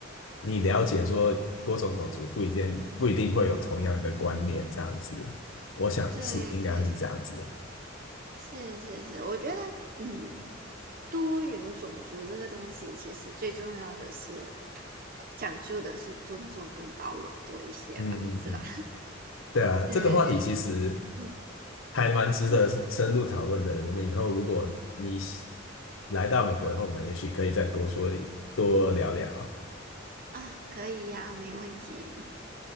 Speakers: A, on the left (about 80°); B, on the right (about 45°).
A: 你了解说多种种族不一定不一定会有同样的观念，这样子，我想是应该会是这样子的
B: 对对，是是是，我觉得嗯，多元种族这个东西其实最重要的是。呃讲究的是尊重跟包容多一些吧，
A: 嗯嗯嗯。
B: 是吧？
A: 对啊，
B: 对对，
A: 这个话题其实
B: 对嗯，
A: 还蛮值得深入讨论的。
B: 嗯
A: 我们以后如果你喜来到美国以后，我们也许可以再多说一多聊聊。
B: 啊，可以呀，没问题。